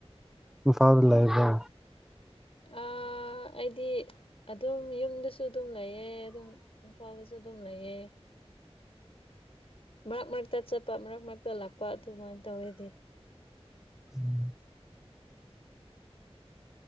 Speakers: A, in the centre; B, on the left.
A: ꯏꯝꯐꯥꯜꯗ ꯂꯩꯕ꯭ꯔ꯫
B: ꯑꯥ ꯑ ꯑꯩꯗꯤ ꯑꯗꯨꯝ ꯌꯨꯝꯗꯁꯨ ꯗꯨꯝ ꯂꯩꯌꯦ ꯑꯗꯨꯝ ꯏꯝꯐꯥꯜꯗꯁꯨ ꯑꯗꯨꯝ ꯂꯩꯌꯦ꯫ ꯃꯔꯛ ꯃꯔꯛꯇ ꯆꯠꯄ ꯃꯔꯛ ꯃꯔꯛꯇ ꯂꯥꯛꯄ ꯑꯗꯨꯃꯥꯏꯟ ꯇꯧꯋꯦꯗꯤ꯫
A: ꯎꯝ꯫